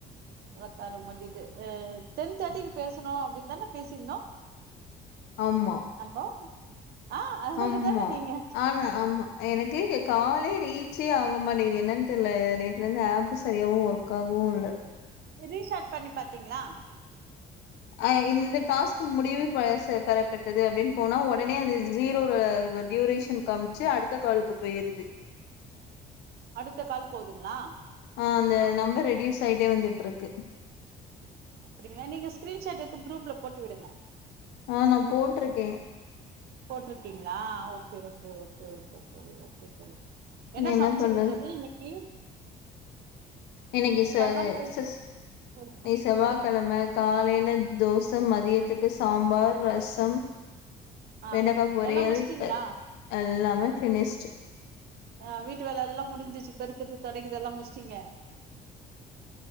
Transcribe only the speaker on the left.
ஆமா
ஆம்மா
ஆனா ஆமா எனக்கு காலே ரீச்சே ஆக மாட்டேங்கிது என்னன் தெர்ல நேத்துலர்ந்து ஆப்பு செரியாவு ஒர்க் ஆகவு இல்ல
அ இந்த டாஸ்க் முடிவு பெ ச பெறப்பட்டது அப்டின் போனா ஒடனே அது ஜீரோல அ ப டியூரே ஷன் காம்ச்சு அடுத்த காலுக்கு போயிருது
ஆ அந்த நம்பர் ரெடியூஸ் ஆயிட்டே வந்துட்ருக்கு
ஆ நா போட்ருக்கே
நீ
பண்றது?
இன்னைக்கு ச
சிஸ்
இன்னிக் செவ்வாக்கெழம
காலைல தோச மதியத்துக்கு சாம்பார், ரசம்
வெண்டக்கா பொரியல்
எல்லாமே ஃபினிஷ்டு